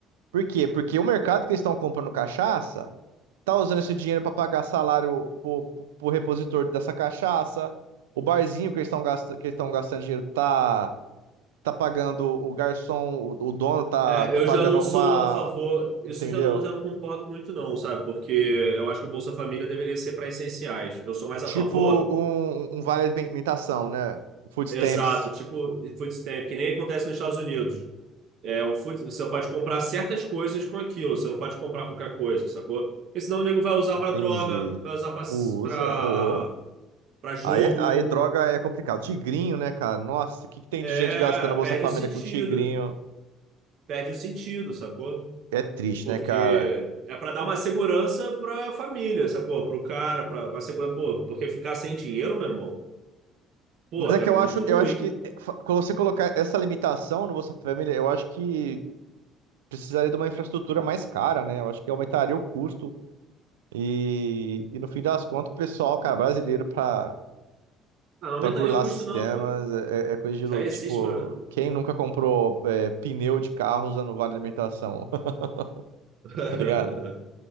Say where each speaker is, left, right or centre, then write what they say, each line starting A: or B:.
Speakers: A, on the right (about 80°); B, on the right (about 55°).
A: Por quê? Porque o mercado que eles estão comprando cachaça tá usando esse dinheiro pra pagar salário pro, pro repositor dessa cachaça. O barzinho que eles estão gastando, que eles estão gastando dinheiro tá tá pagando o garçom, o, o dono tá
B: É,
A: tá
B: eu
A: pagando
B: já não sou
A: uma,
B: a favor, isso
A: entendeu?
B: já não, já não concordo muito, não, sabe? Porque eu acho que o Bolsa Família deveria ser para essenciais. Eu sou mais
A: Tipo
B: a favor
A: um, um vale alimentação, né? Food
B: Exato,
A: stamps.
B: tipo food stamp, que nem acontece nos Estados Unidos. É, o food, você pode comprar certas coisas com aquilo, você não pode comprar qualquer coisa, sacou? Porque senão o nego vai usar
A: Entendi.
B: pra droga, vai usar pra
A: Usa,
B: pra-
A: ô.
B: pra jogo.
A: Aí, aí droga é complicado. Tigrinho, né, cara? Nossa, o que que tem
B: É,
A: de gente gastando
B: perde
A: Bolsa Família
B: o sentido.
A: com tigrinho?
B: Perde o sentido, sacou?
A: É triste,
B: Porque
A: né, cara?
B: é pra dar uma segurança pra família, sacou? Pro cara, pra uma segurança, pô, porque ficar sem dinheiro, meu irmão, pô,
A: Mas
B: é
A: é que eu
B: muito
A: acho,
B: ruim.
A: eu acho que eh, fa- quando você colocar essa limitação no Bolsa Família, eu acho que precisaria de uma infraestrutura mais cara, né? Eu acho que aumentaria o custo e, e no fim das contas, o pessoal, cara, brasileiro pra,
B: Ah, não aumentaria
A: pra burlar
B: o custo,
A: sistemas
B: não, pô.
A: é, é é coisa de louco.
B: Já existe
A: Tipo,
B: pra.
A: quem nunca comprou eh, pneu de carro usando vale alimentação, <laughs>
B: <laughs>
A: tá ligado?